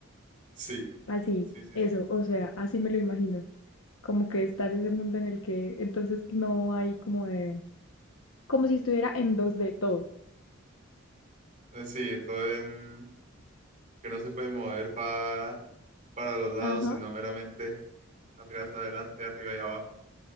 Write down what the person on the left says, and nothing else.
Así,
eso,
o sea, así me lo imagino, como que está en ese mundo en el que entonces no hay como de, como si estuviera en dos d todo.
Ajá.